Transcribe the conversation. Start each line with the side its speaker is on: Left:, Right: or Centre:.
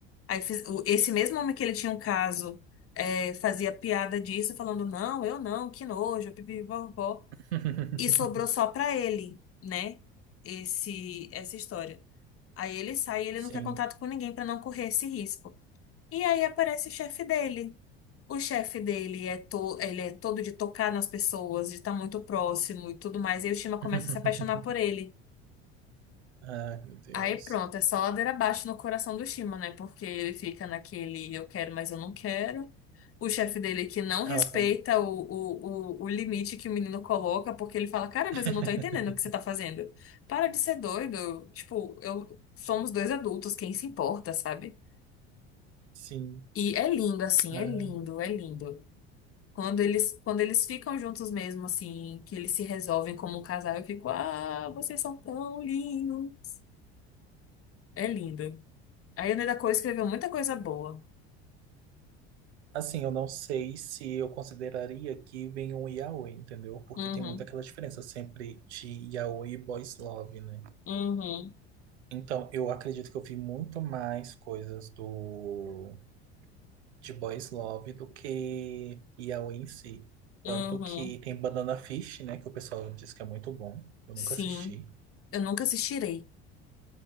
Left: Aí fiz- o- esse mesmo homem que ele tinha um caso é, fazia piada disso, falando: Não, eu não, que nojo, pipipipopó.
Right: <laughs>
Left: E sobrou só pra ele, né? Esse, essa história. Aí ele sai, ele
Right: Sim.
Left: não quer contato com ninguém pra não correr esse risco. E aí aparece o chefe dele. O chefe dele é, to ele é todo de tocar nas pessoas, de estar muito próximo e tudo mais. E aí o Shima começa
Right: <laughs>
Left: a se apaixonar por ele.
Right: Ai, meu Deus.
Left: Aí pronto, é só ladeira abaixo no coração do Shima, né? Porque ele fica naquele eu quero, mas eu não quero. O chefe dele que não respeita
Right: Aham.
Left: o, o, o, o limite que o menino coloca, porque ele fala, cara, mas
Right: <laughs>
Left: eu não tô entendendo o que você tá fazendo. Para de ser doido. Tipo, eu somos dois adultos, quem se importa, sabe?
Right: Sim.
Left: E é lindo, assim,
Right: Ah,
Left: é lindo, é lindo. Quando eles, quando eles ficam juntos mesmo, assim, que eles se resolvem como um casal, eu fico, ah, vocês são tão lindos. É lindo. A Ione Coa escreveu muita coisa boa.
Right: assim, eu não sei se eu consideraria que vem um yaoi, entendeu? Porque
Left: Uhum,
Right: tem muita aquela diferença sempre de yaoi e boys love, né?
Left: uhum,
Right: Então, eu acredito que eu vi muito mais coisas do de Boys Love do que Yaoi em si.
Left: uhum.
Right: Tanto que tem Banana Fish, né? Que o pessoal diz que é muito bom. Eu
Left: Sim.
Right: nunca assisti.
Left: Eu nunca assistirei,